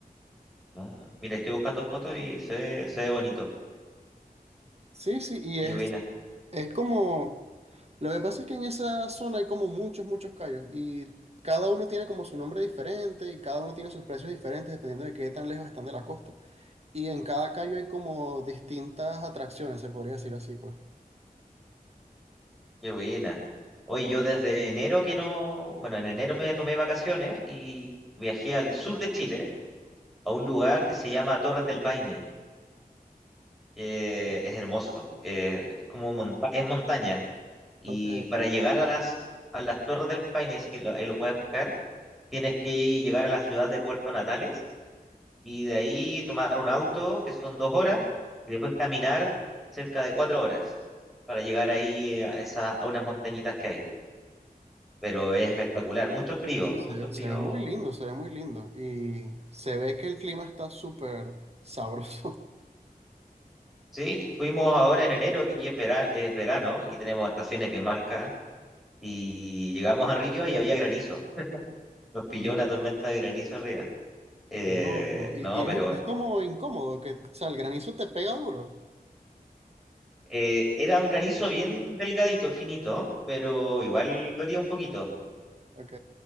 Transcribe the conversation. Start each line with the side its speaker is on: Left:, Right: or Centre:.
Centre: Ah, mira, estoy buscando fotos y se ve, se ve bonito.
Right: Sí, sí, y
Centre: Qué
Right: es,
Centre: buena,
Right: es como, lo que pasa es que en esa zona hay como muchos, muchos callos y cada uno tiene como su nombre diferente y cada uno tiene sus precios diferentes dependiendo de qué tan lejos están de la costa. Y en cada callo hay como distintas atracciones, se podría decir así, pues.
Centre: qué buena. Hoy yo desde enero que no, bueno, en enero me tomé vacaciones y viajé al sur de Chile, a un lugar que se llama Torres del Paine. que es hermoso. eh, es como monta- es montaña. Y
Right: Ok.
Centre: para llegar a las, a las Torres del Paine, dice que lo- ahí lo puedes buscar, tienes que llegar a la ciudad de Puerto Natales y de ahí tomar un auto, que son dos horas, y después caminar cerca de cuatro horas para llegar ahí eh, a, esa, a unas montañitas que hay. Pero es espectacular, mucho frío,
Right: Sí, se,
Centre: mucho frío.
Right: se ve muy lindo, se ve muy lindo. Y se ve que el clima está súper sabroso.
Centre: Sí, fuimos ahora en enero, que aquí es verano, es verano, aquí tenemos estaciones bien marcadas, y llegamos arriba y había granizo. nos pilló
Right: <laughs>
Centre: una tormenta de granizo arriba. Eh,
Right: Qué loco. Y,
Centre: no,
Right: y es,
Centre: pero
Right: es como incómodo, que, o sea, el granizo te pega duro.
Centre: eh, era un granizo bien delgadito, finito, pero igual dolía un poquito.
Right: Ok.